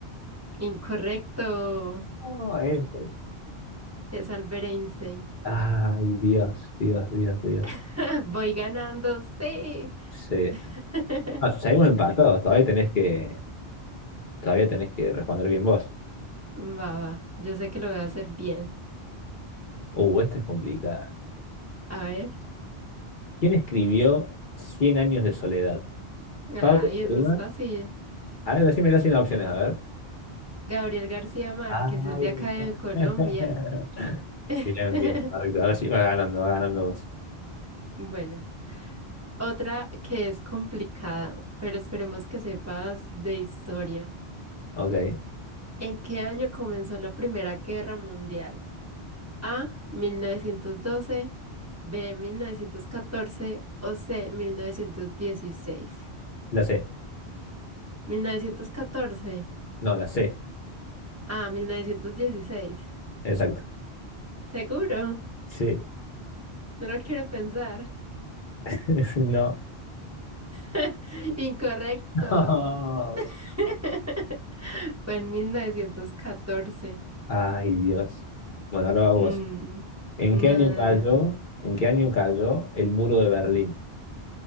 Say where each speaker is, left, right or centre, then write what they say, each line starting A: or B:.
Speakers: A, on the right; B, on the left.
A: Incorrecto.
B: No, eso.
A: Es Albert Einstein.
B: Ay, Dios, Dios, Dios, Dios.
A: <laughs> Voy ganando, sí.
B: Sí.
A: <laughs>
B: Ah, seguimos empatados. Todavía tenés que, todavía tenés que responder bien vos.
A: Va, va. Yo sé que lo voy a hacer bien.
B: Uh, esta es complicada.
A: A ver.
B: ¿Quién escribió Cien años de soledad?
A: Ay,
B: Pablo
A: eso
B: Neruda.
A: es fácil.
B: A ver, decímela sin opciones, a ver.
A: Gabriel García Márquez
B: Ay,
A: es de acá
B: mira.
A: de Colombia.
B: <laughs>
A: <laughs>
B: Bien, bien, correcto. Ahora sí, va ganando, va ganando vos.
A: Bueno. Otra que es complicada, pero esperemos que sepas de historia.
B: Ok,
A: ¿En qué año comenzó la Primera Guerra Mundial? A, 1912, B, 1914 o C, 1916.
B: la C.
A: 1914.
B: No, la C.
A: A, 1916.
B: Exacto.
A: ¿Seguro?
B: Sí,
A: No lo quiero pensar.
B: <laughs> no.
A: <laughs> Incorrecto.
B: No.
A: <laughs> Fue en 1914.
B: Ay, Dios. Bueno, ahora va vos.
A: Mm,
B: ¿En
A: no,
B: qué año
A: no,
B: cayó,
A: no.
B: en qué año cayó el muro de Berlín?